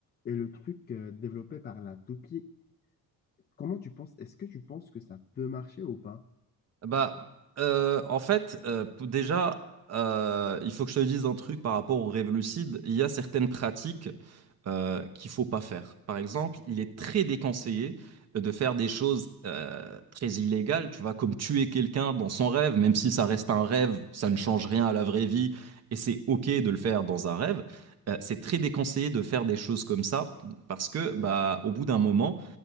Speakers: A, on the left; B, on the right.
A: Et le truc euh, développé par la toupie, comment tu penses, est-ce que tu penses que ça peut marcher ou pas?
B: Bah, euh, en fait, euh, p- déjà, euh, il faut que je te dise un truc par rapport aux rêves lucides. Il y a certaines pratiques euh, qu'il faut pas faire. Par exemple, il est très déconseillé de faire des choses euh, très illégales, tu vois, comme tuer quelqu'un dans son rêve, même si ça reste un rêve, ça ne change rien à la vraie vie, et c'est OK de le faire dans un rêve. Euh, c'est très déconseillé de faire des choses comme ça, parce que, bah, au bout d'un moment,